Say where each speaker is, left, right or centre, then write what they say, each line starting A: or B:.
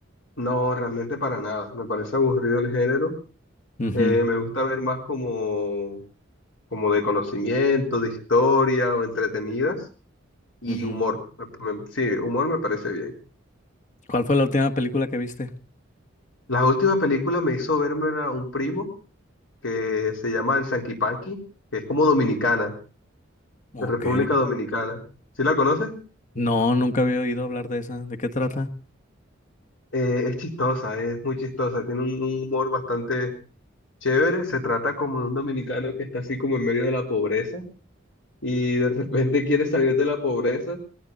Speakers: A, on the left; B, on the left.
A: No, realmente para nada, me parece aburrido el género.
B: Ujú,
A: Eh, me gusta ver más como, como de conocimiento, de historia o entretenidas y
B: ujú.
A: humor. Me- me- sí, humor me parece bien.
B: ¿Cuál fue la última película que viste?
A: La última película me hizo verme a un primo que se llama el Sanquipanqui, que es como dominicana,
B: Ok.
A: de República Dominicana. ¿Sí la conoces?
B: No, nunca había oído hablar de esa. ¿De qué trata?
A: Eh, es chistosa, es muy chistosa, tiene un, un humor bastante chévere. Se trata como de un dominicano que está así como en medio de la pobreza y de repente <laughs> quiere salir de la pobreza